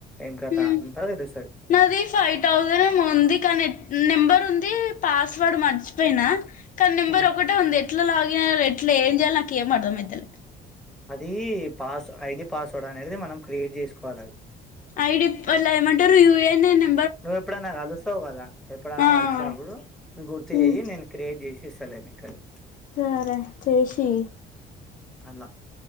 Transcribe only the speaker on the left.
ఉమ్.
నాది ఫైవ్ థౌజస్ ఏమో ఉంది కనెక్ నెంబర్ ఉంది పాస్వర్డ్ మర్చి పోయినా కానీ నెంబర్
ఒకటే ఉంది ఎట్లా లాగిన్ <inaudible> ఎట్లా ఏం చేయాలో నాకు ఏం అర్థం అయితేలే
ఐ డి పల్ ఏమంటారు యూ ఎన్ ఏ నం
ఆ
ఉమ్
సరే చేషి